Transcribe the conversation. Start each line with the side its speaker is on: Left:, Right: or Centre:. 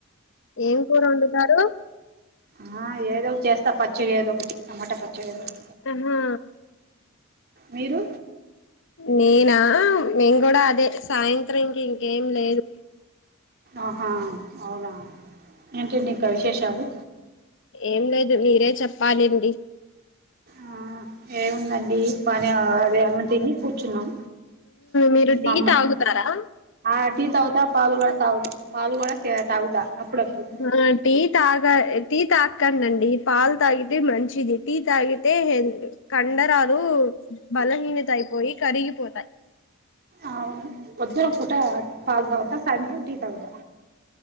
Left: ఏ కూర వండుతారు
Right: ఆ ఏదో ఒకటి చేస్తా పచ్చడి అదగ ఒకట్టి టమాట పచ్చడి అదొటి
Left: ఆహా
Right: మీరు
Left: నేనా మేము కూడా అదే సాయంత్రం ఇంక ఇంకేం లేదు
Right: ఆహా అవునా ఏంటండి ఇంకా విశేషాలు
Left: ఏం లేదు మీరే చెప్ప పాలడి
Right: ఆ ఏముందండి పని అది అన్న తిని కూర్చున్నాం
Left: మీరు టీ
Right: మా అమ్మ
Left: తాగుతారా
Right: ఆ టీ తాగుతా పాలు కూడా తాగుత పాలు కూడా తాగుతా అప్పుడప్పుడు
Left: ఆ టీ తాగ టీ తాకండండి పాలు తాగితే మంచిది టీతాగగితే హదు కండరాలు బలహీనత అయిపోయి కరిగిపోతాయి
Right: అవును పొద్దున పూట పాలు తాగుతా సాయంత్రం టీ తాగుతా